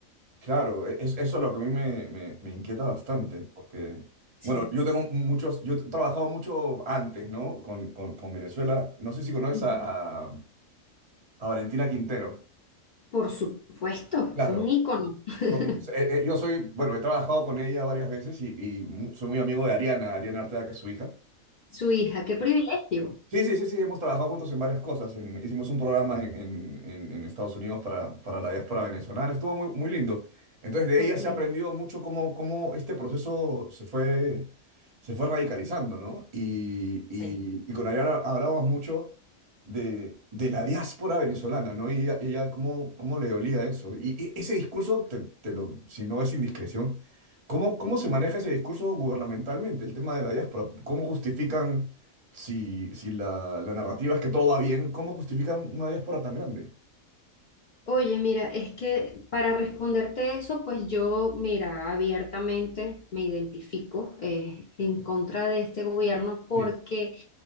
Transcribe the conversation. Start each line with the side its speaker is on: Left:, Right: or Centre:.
Right: Claro, e- es- eso es lo que a mí me, me- me inquieta bastante, porque,
Left: Sí.
Right: bueno, yo tengo muchos, yo he trabajado mucho antes, ¿no? Con, con- con Venezuela. No sé si conoces
Left: Ujú.
Right: a, a- a Valentina Quintero.
Left: Por supuesto,
Right: Claro,
Left: eso es un ícono. <laughs>
Right: son- eh, eh, yo soy, bueno, he trabajado con ella varias veces y, y mu- soy muy amigo de Ariana, Ariana Arteaga, que es su hija.
Left: Su hija, qué privilegio.
Right: Sí, sí, sí, sí, hemos trabajado juntos en varias cosas. En- hicimos un programa en, en- en- en Estados Unidos para, para la diáspora venezolana. Estuvo muy, muy lindo. Entonces, de
Left: Ok.
Right: ella se ha aprendido mucho cómo, cómo este proceso se fue, se fue radicalizando, ¿no? Y, y-
Left: Sí.
Right: y con Ariana hablábamos mucho de, de la diáspora venezolana, ¿no? Y ella, ella cómo, cómo le dolía eso. Y, e- ese discurso, te- te lo- si no es indiscreción, ¿cómo, cómo
Left: Ujú.
Right: se maneja ese discurso gubernamentalmente, el tema de la diáspora? ¿Cómo justifican? si, si la, la narrativa es que todo va bien, ¿cómo justifican una diáspora tan grande?
Left: Oye, mira, es que para responderte eso, pues yo, mira, abiertamente me identifico eh, en contra de este gobierno porque
Right: Sí,